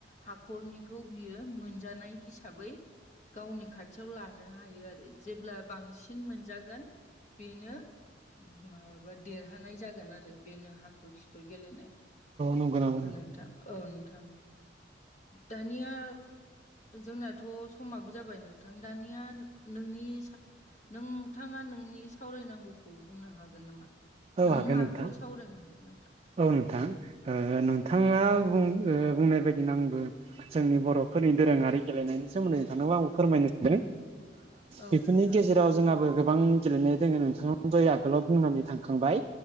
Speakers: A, on the left; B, on the right.
A: हाखरनिखौ बियो मोनजानाय हिसाबै गावनि खाथियाव लानो हायो आरो जेब्ला बांसिन मोनजागोन बेनो माबाबा देरहानाय जागोन आरो बेनो हाखर खिखुर गेलेनाय।
B: नंगौ नामा
A: औ नोंथां औ नोंथां दानिया जोंनाथ' समाबो जाबाय नोंथां दानिया नोंनि नोंथाङा नोंनि सावरायनांगौ खौ बुंनो हागोन नामा
B: औ
A: नों
B: हागोन
A: माखौ
B: नोंथां
A: सावरायनो हागोन नोंथां
B: औ नोंथां नोंथाङा बुंनाय बायदिनो आंबो जोंनि बर'फोरनि दोरोङारि गेलेनायनि सोमोन्दै नोंथांनोबो आंबो फोरमायनो सानदों
A: औ
B: बेफोरनि
A: नोंथां
B: गेजेराव जोंहाबो गोबां गेलेनाय दङो नोंथां जय आगोलाव बुंनानै थांखांबाय